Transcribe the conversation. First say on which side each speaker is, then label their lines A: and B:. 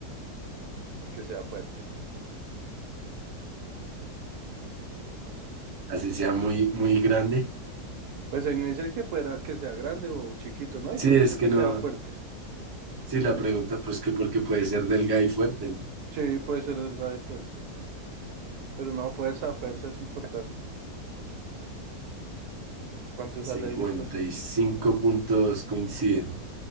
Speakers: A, on the right (about 70°); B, on the right (about 35°).
A: que sea fuerte.
B: Así sea muy, muy grande.
A: Pues ahí no dice que fuera, que sea grande o chiquito, ¿no? Ahí
B: Sí,
A: solo
B: es
A: dice que
B: que no.
A: sea fuerte,
B: Sí, la
A: ¿no?
B: pregunta, pues que porque puede ser delgada y fuerte, ¿no?
A: Sí, puede ser delgado y fuerte. Pero no, fuerza, fuerza es importante. ¿Cuánto sale
B: cincuenta
A: ahí de pro?
B: y cinco puntos coinciden.